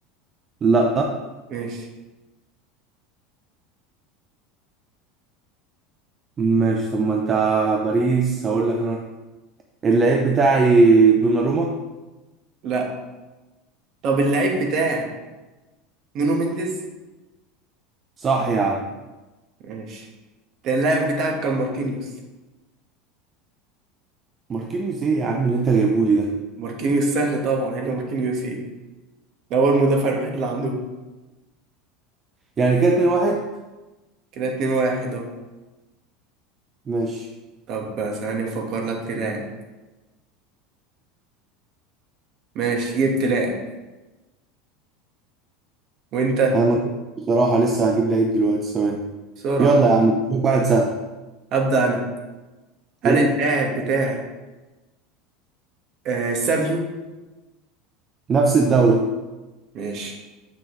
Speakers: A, on the right (about 25°); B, on the right (about 50°).
A: لا
B: ماشي
A: ماشي طب ما انت باريس هقول لك انا اللاعب بتاعي دوناروما
B: لا طب اللاعب بتاعي نونو مينديز
A: صح يا عم
B: ماشي ده اللاعب بتاعك كان ماركينيوس
A: ماركينيوس ايه يا عم اللي انت جايبهولي ده
B: ماركينيوس سهل طبعا الا ماركينيوس ايه ده هو المدافع الوحيد اللي عندهم
A: يعني كده 2 1
B: كده اتنين واحد اهو
A: ماشي
B: طب ثانية افكر لك في لاعب ماشي جبت لاعب وانت
A: انا ما جبتش بصراحة لسه هجيب لعيب دلوقتي ثواني
B: بسرعة
A: يلا
B: ده.
A: يا عم جيب واحد سهل
B: ابدأ انا هل
A: جبت
B: اللاعب بتاعي آه سافيو
A: نفس الدوري
B: ماشي